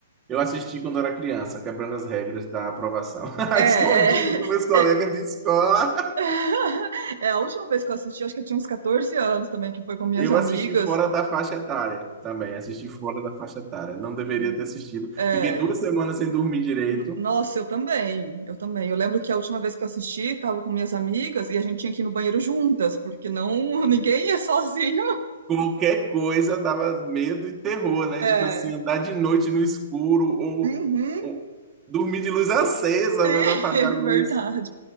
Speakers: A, on the right; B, on the right.
A: Eu assisti quando era criança, quebrando as regras da aprovação. <laughs>
B: É, é,
A: Escondido com meus colegas
B: é,
A: de escola.
B: <laughs> é a última vez que eu assisti, acho que eu tinha uns 14 anos também, que foi com minhas
A: Eu
B: amigas.
A: assisti fora da faixa etária também. Assisti fora da faixa etária. Não deveria
B: Ah,
A: ter assistido.
B: É,
A: Fiquei duas semanas sem dormir direito.
B: n- nossa, eu também, eu também. Eu lembro que a última vez que eu assisti, tava com minhas amigas e a gente tinha que ir no banheiro juntas, porque não, <laughs> ninguém é sozinho.
A: Qualquer coisa dava medo e terror, né?
B: É,
A: Tipo assim, andar de noite no escuro ou,
B: uhum,
A: ou dormir de luz acesa
B: <laughs>
A: para não apagar
B: é
A: a luz.
B: verdade.